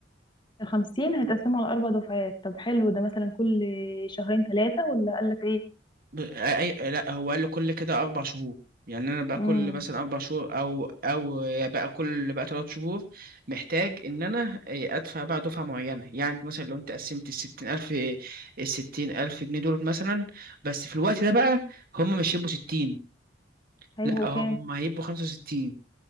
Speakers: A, on the left; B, on the right.
A: الخمسين هيتقسموا على اربع دفعات طب حلو ده مثلا كل شهرين ثلاثة ولا قالك ايه
B: ب- أي... لا هو قال له كل كده اربع شهور يعني انا بقى
A: امم
B: كل مثلا اربع شهور او او بقى كل بقى ثلاث شهور محتاج ان انا ادفع بقى دفعه معينه يعني أنت مثلا لو انت قسمت الستين الف الستين الف جنيه دول مثلا بس في الوقت ده بقى هم مش هيبقوا ستين
A: هيبقوا
B: لا
A: كام
B: هم هيبقوا خمسة وستين